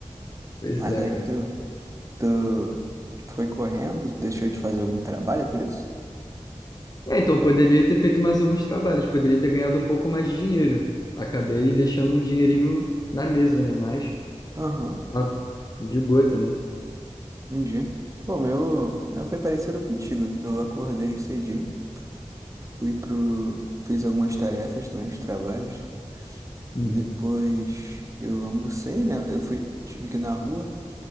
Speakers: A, on the left (about 35°); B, on the right (about 25°).
A: pois
B: Mas
A: é,
B: aí
A: cara.
B: tu, tu, tu foi correndo, deixou de fazer algum trabalho é por isso?
A: É, então poderia ter feito mais alguns trabalhos, poderia ter ganhado um pouco mais de dinheiro. Acabei deixando um dinheirinho na mesa, né? Mas
B: Aham,
A: tá de boa também.
B: entendi. Bom, meu, meu foi parecido contigo. Eu acordei cedinho, fui pro, fiz algumas tarefas também, os trabalhos.
A: Uhum.
B: Depois eu almocei, né? Eu fui, tive que ir na rua.